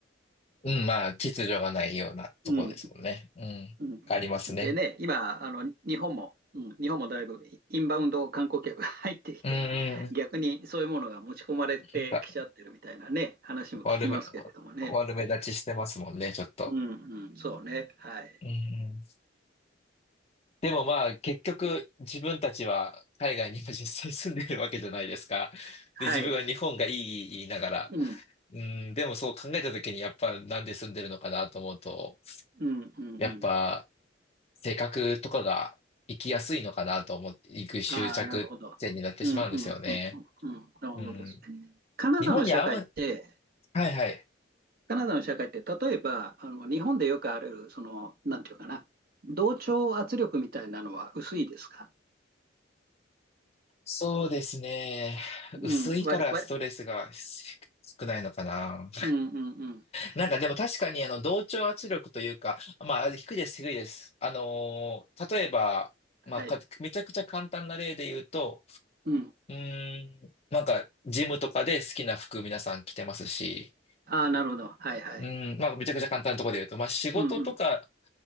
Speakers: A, on the left (about 35°); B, on the right (about 50°).
A: うん、まあ、秩序がないようなとこですもんね。
B: <laughs> うん。
A: うん。
B: うん、
A: ありますね。
B: でね、今、あの、日本も、うん、日本もだいぶインバウンド観光客が入ってきて、
A: うんうんうん。
B: 逆にそういうものが持ち込まれてきちゃってるみたいなね、
A: なんか、
B: 話も聞きますけれどもね。
A: 悪め、悪目立ちしてますもんね、ちょっと。
B: うん、うん、そうね。はい。
A: うんうん。でもまあ、結局、自分たちは海外にも実際住んでるわけじゃないですか。
B: はい。
A: で、自分は日本がいいいい言いながら。
B: うん、
A: うん、でもそう考えた時に、やっぱなんで住んでるのかなと思うと、
B: うん、うん、
A: やっぱ、
B: うん。
A: 性格とかが生きやすいのかなと思っていく執着点になってしまうんですよね。
B: ああ、なるほど。うん、うん、うん、うん、うん。なるほどですね。
A: うん。
B: カナダの社会って、
A: 日本に合わ、はいはい。
B: カナダの社会って、例えば、あの、日本でよくある、その、なんていうかな、同調圧力みたいなのは薄いですか
A: そうですね。
B: うん、
A: 薄いからストレスが少ないのかな。
B: 割り、割り、うんうんうん。
A: なんかでも確かにあの同調圧力というか、まあ低いです、低いです。あのー例えば、まあかめちゃくちゃ簡単な例で言うと、
B: はい。うん。
A: うーん、なんかジムとかで好きな服皆さん着てますし、
B: ああ、なるほど。はいはい。
A: うん、まあ、めちゃくちゃ簡単なところで言うと、まあ、仕事とか
B: うんうん。